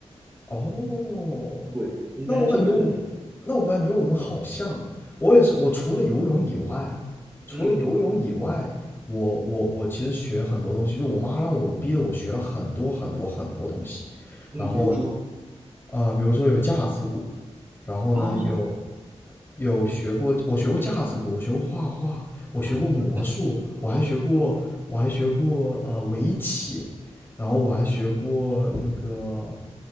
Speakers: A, on the left (about 20°); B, on the right (about 20°).
A: 哦，
B: 对，应该就这这样。
A: 那我感觉我们那我感觉我们好像啊我也是我除了游泳以外啊，除了游泳以外，
B: 嗯
A: 我我我其实学很多东西，就我妈让我逼着我学了很多很多很多东西，
B: 嗯，
A: 然后。
B: 比如说
A: 呃，比如说有架子鼓，然后呢有
B: 啊，
A: 有学过，我学过架子鼓，我学过画画，我学过魔术，
B: 嗯，
A: 我还学过我还学过呃围棋，然后我还学过那个，